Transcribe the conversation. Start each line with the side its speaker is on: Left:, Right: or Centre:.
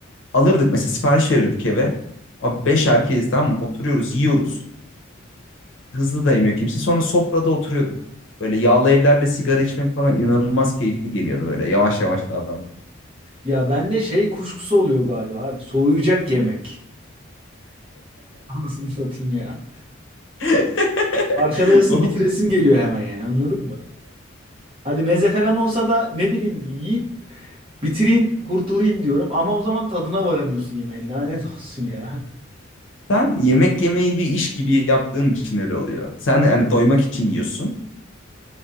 Left: alırdık mesela sipariş verirdik eve. Abi beş erkeğiz tamam mı? Oturuyoruz yiyoruz. Hızlı da yemiyor kimse. Sonra sofrada oturuyorduk. Böyle yağlı ellerle sigara içmek falan inanılmaz keyifli geliyordu böyle. Yavaş yavaş davranmak.
Right: Ya bende şey kuşkusu oluyor galiba abi. Soğuyacak yemek. Anasını satayım ya.
Left: <laughs>
Right: Parçalayasın
Left: Oğlum
Right: bitiresim geliyor hemen yani anladın mı? Hadi meze falan olsa da ne bileyim yiyip bitireyim kurtulayım diyorum. Ama o zaman tadına varamıyorsun yemeğin lanet olsun ya.
Left: Sen yemek yemeyi bir iş gibi yaptığın için öyle oluyor. Sen hani doymak için yiyorsun